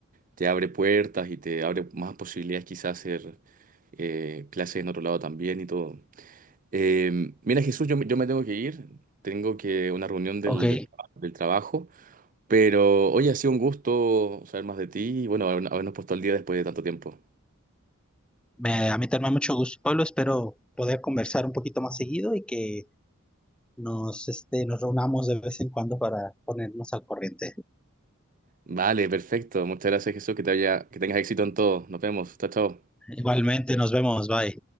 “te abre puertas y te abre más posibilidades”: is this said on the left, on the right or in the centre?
Right